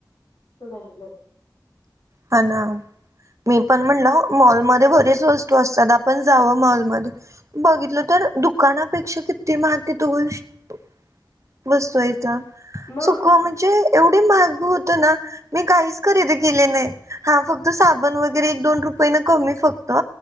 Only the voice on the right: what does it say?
हा ना मी पण म्हणलं मॉलमध्ये बरेच वस्तू असतात आपण जावं मॉलमध्ये... बघितलं तर दुकानापेक्षा किती महाग तिथ गोष्ट.. बसतो याचा..
सुख म्हणजे एवढे महाग होत ना मी काहीच खरेदी केले नाही... हा फक्त साबण वगैरे एक दोन रुपयेन कमी फक्त